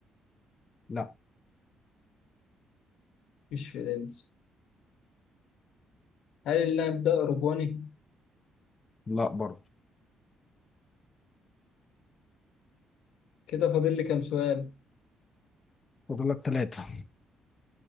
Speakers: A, on the left; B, on the left.
A: لا
B: مش فرنسي هل اللاعب ده اوروباني
A: لا برضه
B: كده فاضل لي كام سؤال
A: فاضل لك ثلاثة